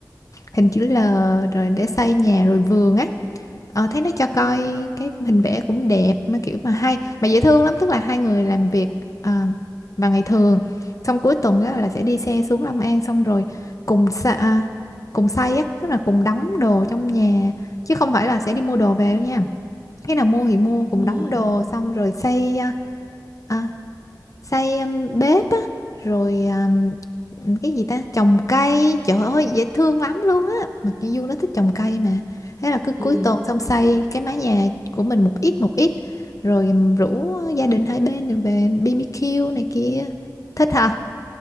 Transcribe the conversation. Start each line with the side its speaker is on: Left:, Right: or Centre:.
Left: hình chữ L rồi để xây nhà rồi vườn á Ờ, thấy nó cho coi cái hình vẽ cũng đẹp mà kiểu mà hay mà dễ thương lắm tức là hai người làm việc ờ, vào ngày thường xong cuối tuần á, là sẽ đi xe xuống Long An xong rồi cùng sa, à, cùng xay á tức là cùng đóng đồ trong nhà chứ không phải là sẽ đi mua đồ về đâu nha cái nào mua thì mua cùng
Right: ừ, ừ.
Left: đóng đồ xong rồi xây à, à, xây um, bếp á rồi um, cái gì ta trồng cây trời ơi dễ thương lắm luôn á mà cái Du nó thích trồng cây mà thế là cứ cuối
Right: ừ.
Left: tuần xong xây cái mái nhà của mình một ít một ít rồi um, rủ gia đình hai bên này về BBQ này kia thích hả